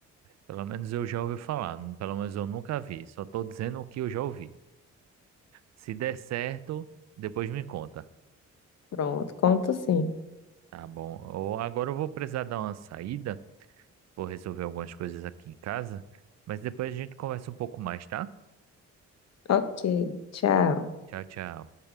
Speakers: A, on the right; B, on the left.
A: Pelo menos eu já ouvi falar, n- pelo menos eu nunca vi, só tô dizendo o que eu já ouvi. Se der certo, depois me conta.
B: Pronto, conto sim.
A: Tá bom. Ou agora eu vou precisar dar uma saída, vou resolver algumas coisas aqui em casa, mas depois a gente conversa um pouco mais, tá?
B: Ok, tchau.
A: Tchau, tchau.